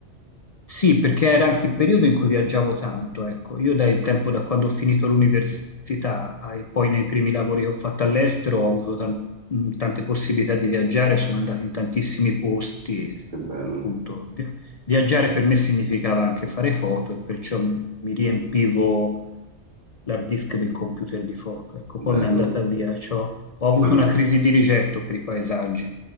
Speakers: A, on the left; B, on the right.
A: sì, perché era anche il periodo in cui viaggiavo tanto, ecco. Io dal tempo da quando ho finito l'università ai- poi nei primi lavori che ho fatto all'estero ho avuto tan- mh, tante possibilità di viaggiare, sono andato in tantissimi posti, e,
B: Che bello,
A: appunto, vi- viaggiare per me significava anche fare foto e perciò m- mi riempivo l'hard disk del computer di foto, ecco. Poi
B: bello.
A: mi è andata via, c'ho- ho avuto
B: Ma mi-
A: una crisi di rigetto per i paesaggi,